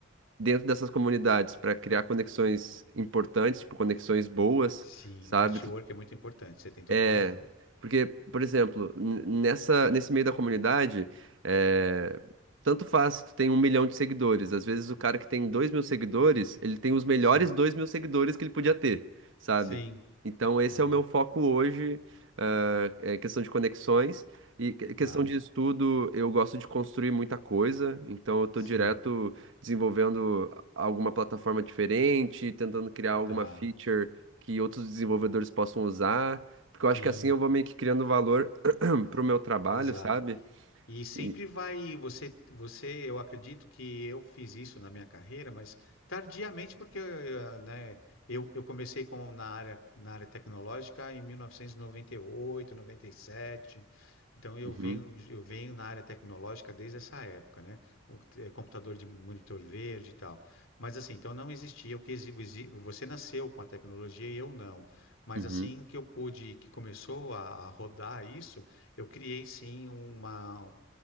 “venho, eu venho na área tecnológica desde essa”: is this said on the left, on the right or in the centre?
Left